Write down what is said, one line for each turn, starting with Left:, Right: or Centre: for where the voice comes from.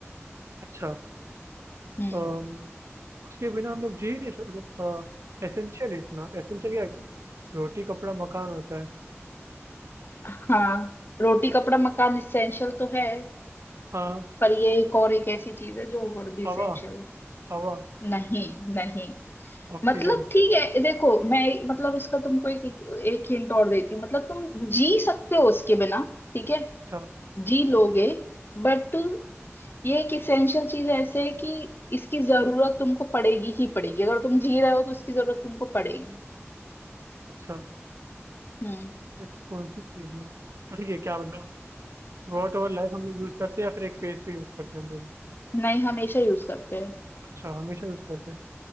Right: अच्छा
Left: हम्म
Right: अम, उसके बिना हम लोग जी नहीं सकते मतलब एसेंशियल इतना एसेंशियल क्या है? रोटी कपड़ा मकान होता है
Left: हाँ रोटी कपड़ा मकान इसेंशियल तो है
Right: हाँ
Left: पर ये एक और एक ऐसी चीज है जो और भी इसेंशियल
Right: हवा
Left: है
Right: हवा
Left: नहीं नहीं
Right: ऑक्सीजन
Left: मतलब ठीक है देखो मैं मतलब इसका तुमको एक एक हिंट और देती हूँ मतलब तुम जी सकते हो उसके बिना ठीक है
Right: अच्छा
Left: जी लोगे बट ये एक इसेंशियल चीज ऐसे है कि इसकी जरूरत तुमको पड़ेगी ही पड़ेगी अगर तुम जी रहे हो तो इसकी जरूरत तुमको पड़ेगी
Right: अच्छा
Left: हम्म
Right: ऐसी कौन सी चीज है तो ठीक है क्या मतलब थ्रू आउट आवर लाइफ हम लोग यूज करते हैं या फिर एक फेज पे यूज करते हैं हम लोग उसको
Left: नहीं हमेशा यूज करते हैं
Right: अच्छा हमेशा यूज करते हैं